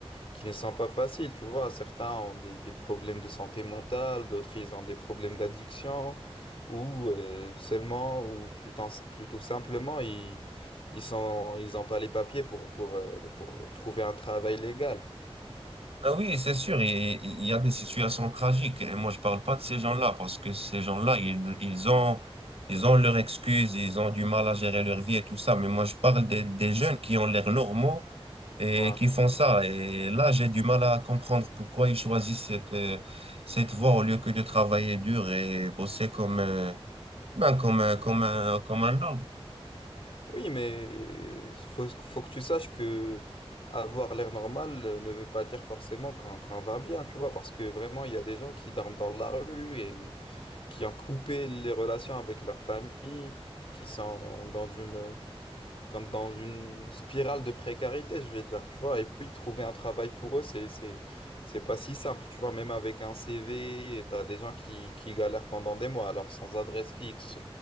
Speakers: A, on the left; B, on the right.
A: qui ne sont pas faciles, tu vois. Certains ont des, des problèmes de santé mentale, d'autres ils ont des problèmes d'addiction, ou euh, seulement, ou plutôt, plutôt simplement, ils, ils sont, ils n'ont pas les papiers pour, pour, euh, pour trouver un travail légal.
B: Ah oui, c'est sûr, et- il y a des situations tragiques. Et moi, je parle pas de ces gens-là parce que ces gens-là, ils, ils ont, ils ont leurs excuses, ils ont du mal à gérer leur vie et tout ça. Mais moi, je parle des, des jeunes qui ont l'air normaux et
A: Ouais.
B: qui font ça. Et là, j'ai du mal à comprendre pourquoi ils choisissent cette, euh, cette voie au lieu que de travailler dur et bosser comme, euh, ben, comme, un- comme un, comme un lord.
A: Oui, mais euh, faut, faut que tu saches que avoir l'air normal euh, ne veut pas dire forcément qu'on qu'on va bien, tu vois, parce que vraiment, il y a des gens qui dorment dans la rue et qui ont coupé les relations avec leur famille, qui sont dans une, quand- dans une spirale de précarité, je vais dire, tu vois. Et puis, trouver un travail pour eux, c'est, c'est, c'est pas si simple, tu vois. Même avec un CV, tu as des gens qui, qui galèrent pendant des mois, alors sans adresse fixe,